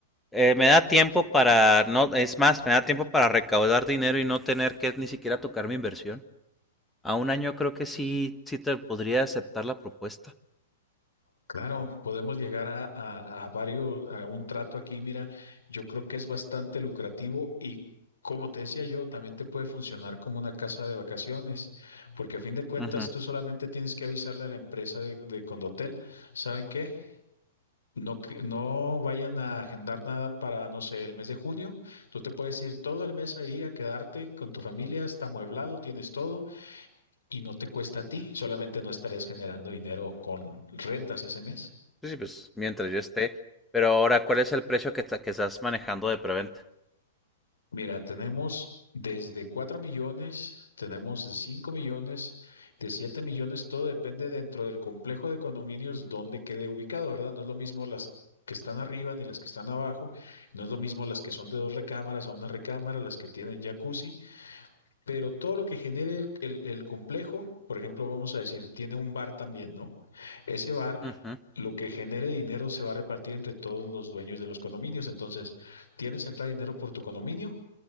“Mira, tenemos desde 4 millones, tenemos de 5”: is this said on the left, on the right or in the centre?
Left